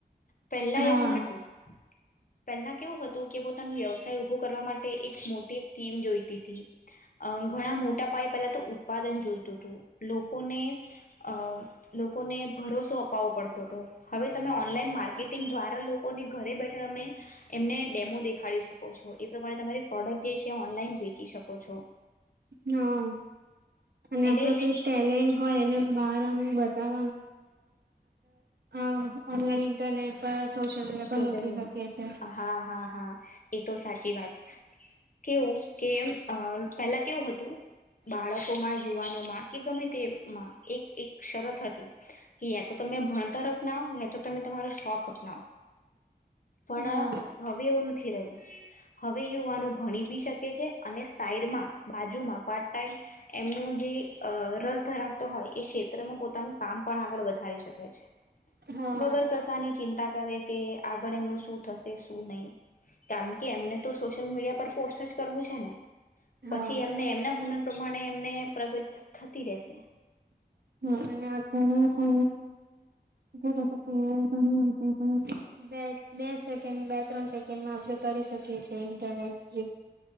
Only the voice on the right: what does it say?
હા
હા અને
આપડો કઈ ટેલેન્ટ હોય એને બ બતા આપનલાન ઇન્ટરનેટ પર મીડિયા
પર મૂકી
શકીએ છે.
હા
હા
હા
હમ. અને અત્યારે <unintelligible> બે-બે જ સેકન્ડ બે ત્રણ સેકન્ડમાં આપણે કરી શકીએ છે ઇન્ટરનેટ થી.